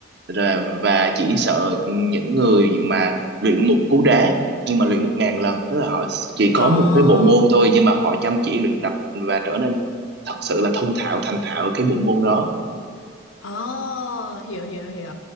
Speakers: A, on the right; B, on the left.
A: Rồi, và chỉ sợ những người mà luyện một cú đá nhưng mà luyện một ngàn lần tức là họ chỉ
B: Ờ,
A: có một cái bộ môn thôi nhưng mà họ chăm chỉ luyện tập và trở nên thật sự là thông thạo thành thạo cái bộ môn đó
B: ờ, hiểu hiểu hiểu.